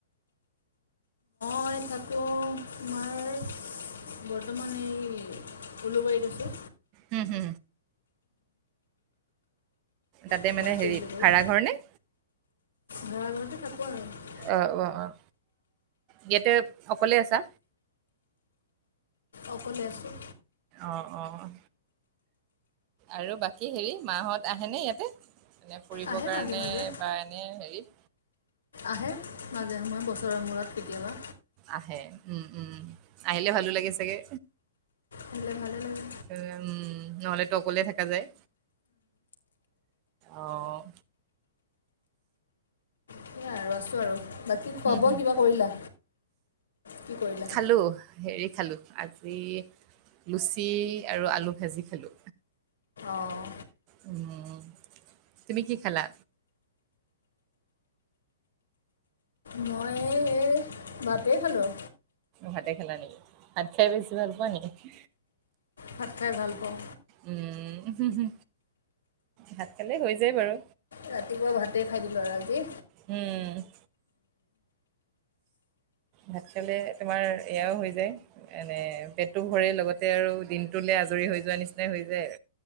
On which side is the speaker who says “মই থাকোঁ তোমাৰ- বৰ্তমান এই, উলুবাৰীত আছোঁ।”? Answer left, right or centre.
Left